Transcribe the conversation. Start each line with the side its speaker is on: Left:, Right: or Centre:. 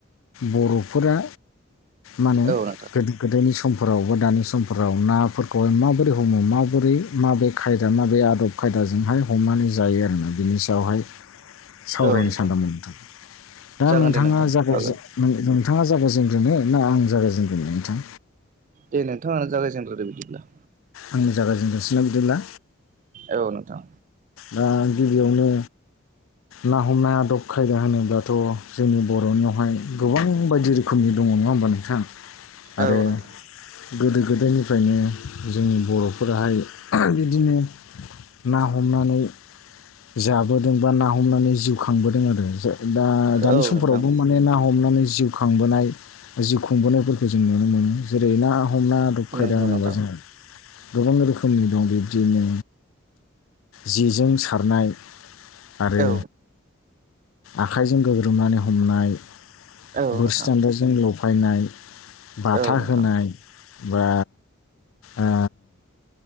Left: बरफोरा मानो
Right: हागोन औ नोंथां
Left: गोदो गोदोनि समफोराव बा दानि समफोराव नाफोरखौहाय माबोरै हमो माबोरै माबे खायदा माबे आदब खायदाजोंहाय हमनानै जायो आरोना बिनि सायावहाय सावरायनो
Right: औ नोंथां
Left: सानदोंमोन। नोंथां दा
Right: जागोन
Left: नोंथाङा
Right: दे नोंथां
Left: जागायजे
Right: हागोन
Left: नों नोंथाङा जागाय जेनग्रोनो ना आं जागाय जेनग्रोनो नोंथां?
Right: दे नोंथाङानो जागायजेनग्रोदो बिदिब्ला।
Left: आंनो जायगायजेनग्रोनोसै ना बिदिब्ला?
Right: औ नोंथां।
Left: दा गिबियावनो ना हमनाय आदब खायदा होनोब्लाथ' जोंनि बर'नियावहाय गोबां बायदि रो खोमनि दङ नङा होमबा नोंथां? आरो
Right: औ नोंथां
Left: गोदो गोदायनिफ्रायनो जोंनि बर'फोराहाय बिदिनो ना हमनानै जाबोदों बा ना हमनानै जिउ खांबोदों आरो दा दानि
Right: औ
Left: समफोरावबो
Right: नोंथां
Left: माने ना हमनानै जिउ खांबोनाय जिउ खुंबोनायफोरखौ जों नुनो मोनो जेरै ना हमना आदब खायदा
Right: नंगौ
Left: होनोबा
Right: नोंथां
Left: जोंङो गोबां रोखोमनि दं बिब्दिनो जेजों सारनाय आरो
Right: औ
Left: आखाइजों गोग्रोमनानै हमनाय
Right: औ
Left: बोरसि
Right: नोंथां
Left: बान्थाजों जों लफायनाय बाथा
Right: औ नोंथां औ नोंथां
Left: होनाय बा ओ